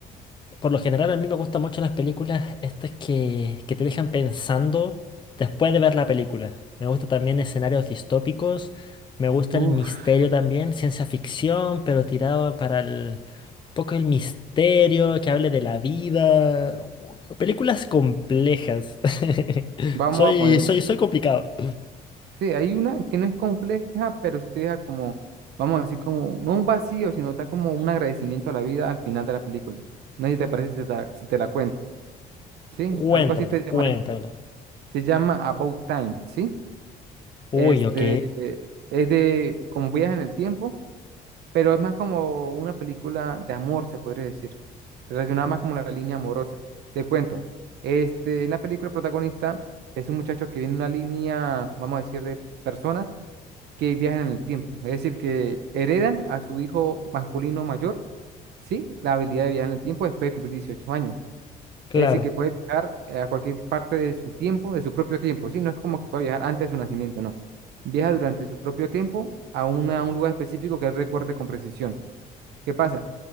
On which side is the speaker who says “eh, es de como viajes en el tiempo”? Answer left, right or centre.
Right